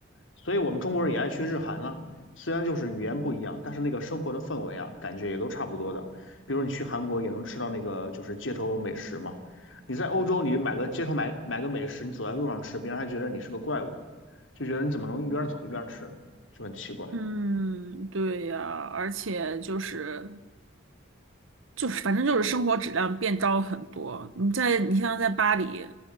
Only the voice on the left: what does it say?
所以我们中国人也爱去日韩啊，虽然就是语言不一样，但是那个生活的氛围啊，感觉也都差不多的。比如你去韩国也能吃到那个就是街头美食嘛，你在欧洲你买个街头买买个美食，你走在路上吃，别人还觉得你是个怪物，就觉得你怎么能一边走一边吃呢就很奇怪。